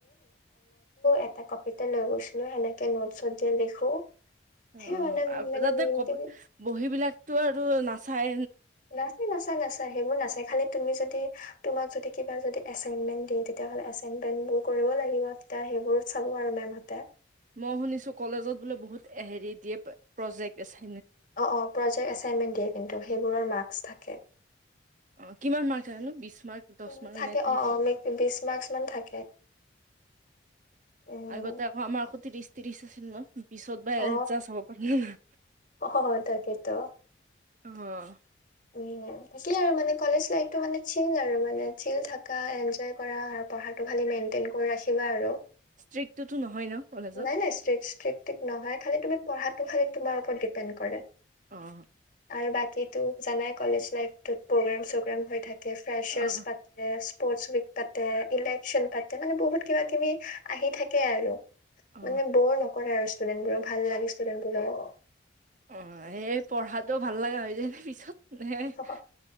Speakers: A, on the left (about 45°); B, on the right (about 40°).
A: এটা কপিতে লৈ গৈছিলো সেনেকে নোট -চট যে লিখো। সেই
B: অ
A: মানে মানে
B: 'তাতে
A: মেইনকে
B: কপি বহী বিলাকতো আৰু না, চাই,
A: নাচি - নাচাই- নাচাই। সেইবোৰ নাচাই খালি তুমি যদি, তোমাক যদি কিবা যদি এছাইনমেণ্ট দিয়ে, তেতিয়া হলে এছাইনমন্তবোৰ কৰিব লাগিব, তেতিয়া সেইবোৰ চাব আৰু মেম হতে।
B: মই শুনিছো কলেজত বোলে বহুত হেৰি দিয়ে প্ৰজেক্ট, এচাইন
A: অ -অ প্ৰজেক্ট এছাইনমেণ্ট দিয়ে কিন্তু সেইবোৰৰ মাৰ্কচ থাকে।
B: অ 'কিমান মাৰ্ক আনানো বিশ? মান নে দশ
A: উম,
B: মান
A: থাকে
B: নে ত্ৰিশ
A: অ অ মেক বিশ মাৰ্কচ মান থাকে উম
B: অ'আগতে আকৌ আমাৰ আকৌ ত্ৰিশ- ত্ৰিশ আছিল ন' ৰূপিচত বা
A: অ
B: জাষ্ট হব পাৰে। নাজ,
A: অ তাকেতো
B: অ',
A: উম তাকেই আৰু মানে কলেজ লাইটো মানে চিন আৰু মানে। চিল থাকা এনজয়, কৰা আৰু। পঢ়াটো খালি মেইনটেইন কৰি ৰাখিব, কিবা আৰু।
B: তৃক্তুটো নহয় ন? কলেজত
A: নাই নাই স্ত্ৰিকচ ফ্লিপ টিপ নহয় খালি তুমি, পঢ়াটো খালি তোমাৰ ওপৰত ডিপেণ্ড কৰে।
B: অ,
A: আৰু বাকীতো জানাই কলেজ লাইফ। তত' প্ৰগ্ৰেম -চগ্ৰেম হৈ থাকে ফ্ৰেচাৰছ
B: অ
A: পা, স্পৰ্ট উইক পাতে, ইলেকশচন পাতে, মানে বহুত কিবা -কিবি আহি থাকে আৰু।
B: অ
A: মানে বৰ নকৰে আৰু। ষ্টুডেণ্টবোৰৰ ভাল লাগে! ষ্টুডেণ্টবোৰৰ।
B: অ'! এই পঢ়াটো ভাল লগা হৈ যদি পিছত। নে
A: <unintelligible>